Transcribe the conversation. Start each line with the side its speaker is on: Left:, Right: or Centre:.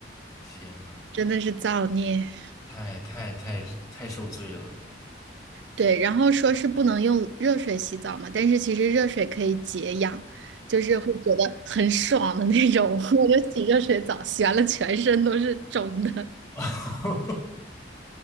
Left: 天呐，
Right: 真的是造孽。
Left: 太太太太受罪了！
Right: 对，然后说是不能用热水洗澡嘛，但是其实热水可以解痒，就是会觉得很爽的那种。<laughs> 我就洗热水澡，洗完了全身都是肿的，
Left: <laughs>